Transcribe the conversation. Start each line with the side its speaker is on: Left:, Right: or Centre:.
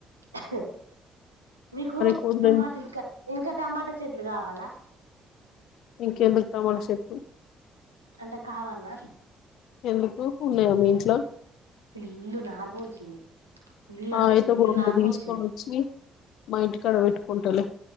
Right: హహ్ మీకు
Left: కోతులు
Right: టమాటా ఇంకా ఇంకా టమాటా చెట్లు కావాలా
Left: ఇంకెందుకు టమాటా చెట్లు
Right: అంటే కావాల్లా
Left: ఎందుకు ఉన్నాయా మీ ఇంట్లో
Right: ఫుల్లు నార్ మొలిచింది ఫుల్ అంటే
Left: ఆ అయితే
Right: ఫుల్
Left: రెండు
Right: నారు
Left: తీసుకొని
Right: మొలిచింది
Left: వచ్చి మా ఇంటి కడ పెట్టుకుంటలే